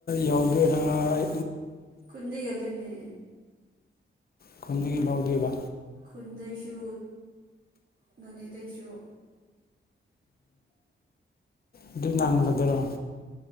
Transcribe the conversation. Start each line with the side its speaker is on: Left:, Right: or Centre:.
Left: ꯌꯥꯎ ꯦꯔꯥꯏ
Right: ꯈꯨꯗ ꯌꯗꯨꯅꯤ
Left: ꯈꯨꯟꯗꯒꯤ ꯂꯧꯗꯦꯕ
Right: ꯈꯨꯟꯗꯩꯁꯨ ꯅꯣꯅꯦꯗꯩꯁꯨ
Left: ꯑꯗꯨ ꯂꯪꯒꯗ꯭ꯔꯣ